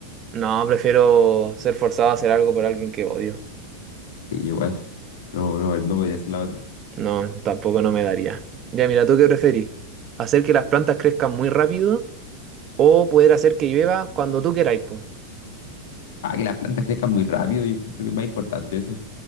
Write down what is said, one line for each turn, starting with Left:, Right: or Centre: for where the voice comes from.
Right: No, prefiero ser forzado a hacer algo por alguien que odio.
Left: Sí, igual. No, no, no podría ser la otra.
Right: No, tampoco no me daría. Ya, mira, ¿tú qué preferís? ¿Hacer que las plantas crezcan muy rápido o poder hacer que llueva cuando tú queráis, po?
Left: Ah, que las plantas crezcan muy rápido, yo encuentro que es más importante eso.